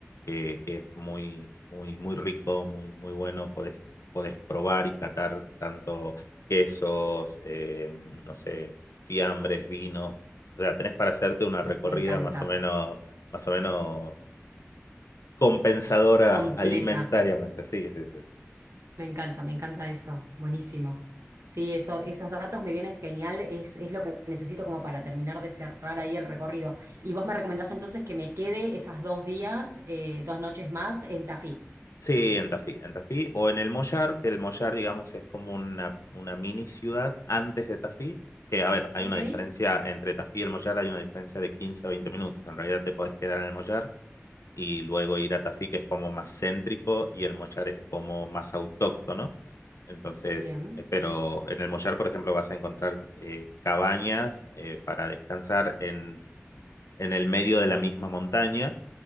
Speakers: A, on the left; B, on the right.
A: que, que es muy, muy, muy rico, muy, muy bueno. Podés, podés probar y catar tanto quesos, eh, no sé, fiambres, vinos. O sea, tenés para hacerte una recorrida
B: Me encanta.
A: más o menos, más o menos compensadora
B: Completa.
A: alimentariamente. Sí, sí, sí.
B: Me encanta, me encanta eso. Buenísimo. Sí, eso, esos datos me vienen genial. Es, es lo que necesito como para terminar de cerrar ahí el recorrido. Y vos me recomendás entonces que me quede esas dos días, eh, dos noches más en Tafí.
A: Sí, en Tafí, en Tafí o en el Mollar, que el Mollar, digamos, es como una, una mini ciudad antes de Tafí, que a ver, hay
B: Ok,
A: una diferencia entre Tafí y el Mollar, hay una diferencia de 15 a 20 minutos, en realidad te podés quedar en el Mollar y luego ir a Tafí, que es como más céntrico y el Mollar es como más autóctono, entonces,
B: bien.
A: eh, pero en el Mollar, por ejemplo, vas a encontrar eh, cabañas eh, para descansar en, en el medio de la misma montaña